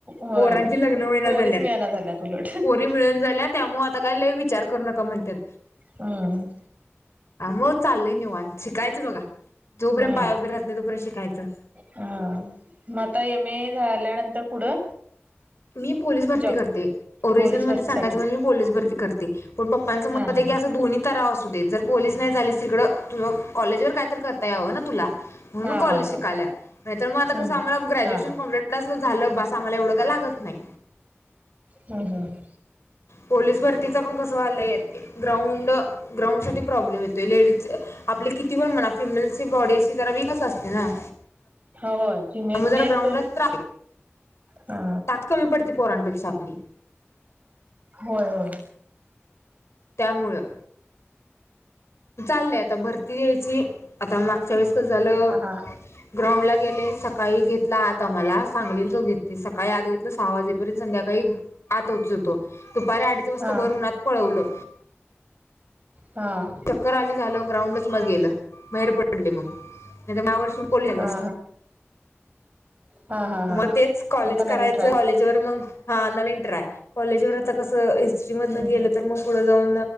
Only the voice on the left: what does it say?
पोरांचे लग्न व्हायला
झाल्यात
पोरी मिळून झाल्यात. त्यामुळे आता काय ल विचार करू नका म्हणतात
हा मग चालय निवान शिकायचं बघा जोपर्यंत
पाया उभर राहत नाही तोपर्यंत शिकायचं
मी पोलीस भरती
करते ओरिजिनल
मध्ये
सांगायच म्हण मी पोलीस भरती करते पण पप्पांला समजत
की
अस दो् रा असू देेत जर पोलीस नाही झालीस तिकडं तुझं कॉलेज वर काय तर करता यावं ना तुला म्हणून
कॉलेज
शिकाय नाही तर मग आता
कसं आम्हाला ग्रॅज्युएशन
कंप् डसलं झालं बास आम्हाला एवढंका लागत नाही.
पोलीस भरतीच पण कसं आलंय ग्राउंड ग्राउंडसाठी प्रॉब्लेम येतोय लेडीज आपले किती वर म्हणा फिमेलची बॉडी अशी जरा वीकच असते ना.
त्यामुळे जरा
ग्राउंडला त्रास
ताक कमी पडती पोरांपेक्षा आपली
त्यामुळं चाललंय आता भरती द्यायची आता मागच्या वेळेस ग झालं.
ग्राउंड ला गेले सकाळी घेतला आता मला सांगलीचोघे सकाळी आत घेतलं सहा वाजेपर्यंत संध्याकाळी आत उच होतो दुपारी अडीच वाजता
भर उनात पळवलं.
चक्कर आली झालं ग्राउंडच मग गेलं बाहेर पडले मग नाही तर मा वर सुर कोोललेलं.
मग तेच कॉलेज
करायचं
कॉज मग हा नवीन ट्रय कॉलेज व आता कस हिस्ट्री मधेलं
तर मग पु जाऊ